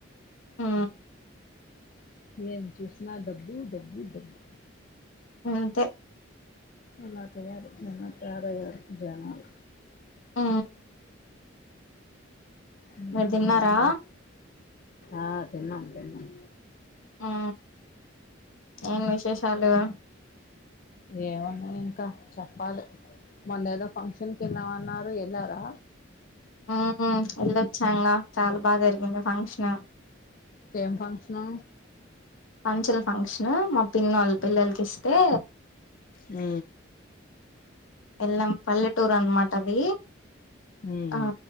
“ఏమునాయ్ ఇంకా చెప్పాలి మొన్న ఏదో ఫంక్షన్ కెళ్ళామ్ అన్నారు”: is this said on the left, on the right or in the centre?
Left